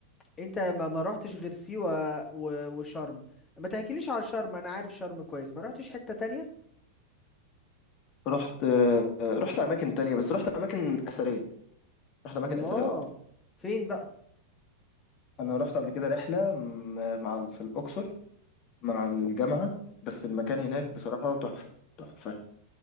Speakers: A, on the left; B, on the left.
A: انت ما ما روحتش غير سيوة و... وشرم ما تحكيليش على شرم انا عارف شرم كويس ما روحتش حتة تانية
B: رحت آه، رحت أماكن تانية بس رحت أماكن أثرية رحت أماكن
A: الله
B: أثرية أكتر
A: فين بقى
B: انا رحت قبل كده رحله م- مع في الاقصر مع الجامعه بس المكان
A: مم.
B: هناك بصراحه تحفه تحفه